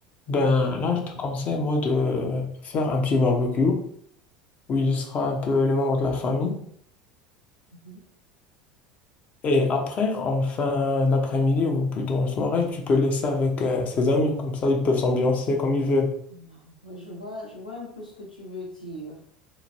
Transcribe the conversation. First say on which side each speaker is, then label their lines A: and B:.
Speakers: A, on the left; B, on the left.
A: oui.
B: Ben, là, je te conseille, moi, de faire un petit barbecue où il y sera un peu les membres de la famille.
A: mhm.
B: Et après, en fin d'après-midi ou plutôt en soirée, tu peux laisser avec euh, ses amis. Comme ça, ils peuvent s'ambiancer comme ils veulent.
A: Ah, ouais, je vois, je vois un peu ce que tu veux dire.